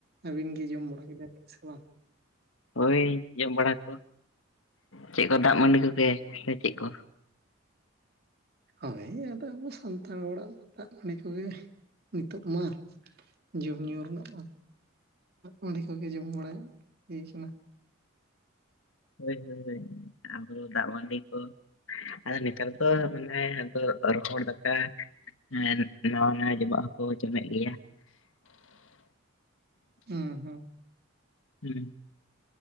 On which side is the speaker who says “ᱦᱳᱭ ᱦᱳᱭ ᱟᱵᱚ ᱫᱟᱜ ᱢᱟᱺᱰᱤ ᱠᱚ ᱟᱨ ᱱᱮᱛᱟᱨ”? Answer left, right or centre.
Left